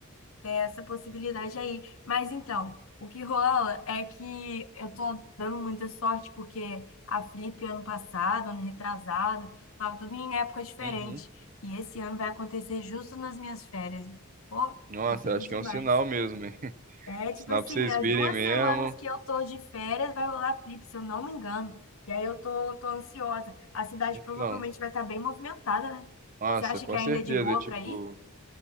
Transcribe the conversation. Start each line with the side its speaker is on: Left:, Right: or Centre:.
Left: Tem essa possibilidade aí. Mas então, o que rola é que eu tô dando muita sorte, porque a Flip ano passado, ano retrasado, tava tudo em época diferente.
Right: Uhum.
Left: E esse ano vai acontecer justo nas minhas férias. Pô,
Right: Nossa,
Left: tô feliz
Right: acho que
Left: demais.
Right: é um sinal mesmo, hein?
Left: É tipo
Right: Sinal
Left: assim,
Right: pra vocês
Left: as
Right: virem
Left: duas
Right: mesmo.
Left: semanas que eu tô de férias vai rolar Flip, se eu não me engano. E aí eu tô, tô ansiosa. A cidade
Right: Então,
Left: provavelmente vai estar bem movimentada, né?
Right: nossa,
Left: Você acha
Right: com
Left: que ainda
Right: certeza,
Left: é de boa
Right: é tipo.
Left: pra ir?